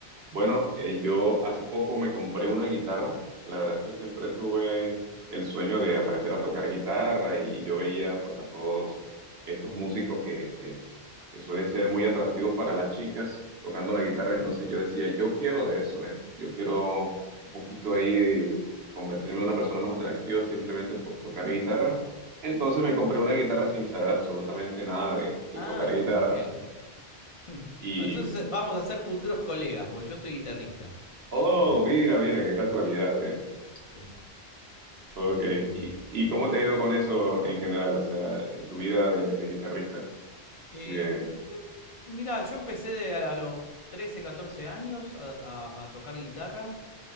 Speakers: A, on the right (about 65°); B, on the left (about 35°).
A: bueno, eh, yo hace poco me compré una guitarra. La verdad es que siempre tuve el sueño de aprender a tocar guitarra y, y yo veía pues a todos estos músicos que, que, que suelen ser muy atractivos para las chicas tocando la guitarra. Entonces
B: <laughs>
A: yo decía, yo quiero de eso, ¿eh? Yo quiero un poquito ahí de convertirme en una persona más atractiva simplemente por tocar guitarra. Entonces me compré una guitarra sin saber absolutamente nada de de
B: Ah,
A: tocar guitarra.
B: bueno, ok. <laughs>
A: Y
B: Entonces eh, vamos a ser futuros colegas, porque yo soy guitarrista.
A: Oh,
B: Ah,
A: mira, mira,
B: Así
A: qué casualidad,
B: que,
A: ¿eh?
B: sí.
A: Ok,
B: Así que.
A: ¿Y, y cómo te ha ido con eso en general? O sea, en tu vida de, de guitarrista.
B: eh,
A: Sí, de,
B: mira, yo empecé de- a los 13, 14 años a, a- a tocar guitarra.